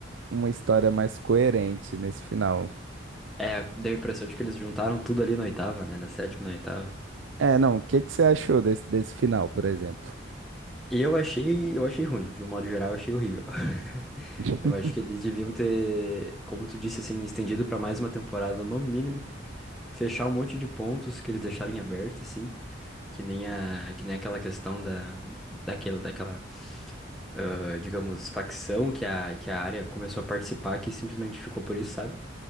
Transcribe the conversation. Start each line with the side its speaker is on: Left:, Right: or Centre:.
Right: uma história mais coerente nesse final.
Centre: É, deu a impressão de que eles juntaram tudo ali na oitava, né? Na sétima, e na oitava.
Right: É, não, o que que você achou desse, desse final, por exemplo?
Centre: E eu achei, eu achei ruim. De um modo geral, eu achei horrível. <laughs>
Right: <laughs>
Centre: Eu acho que eles deviam ter, como tu disse, assim, estendido pra mais uma temporada no mínimo. Fechar um monte de pontos que eles deixarem aberto, assim. Que nem a, que nem aquela questão da, daquele, daquela, ah, digamos, facção que a, que a área começou a participar, que simplesmente ficou por isso, sabe?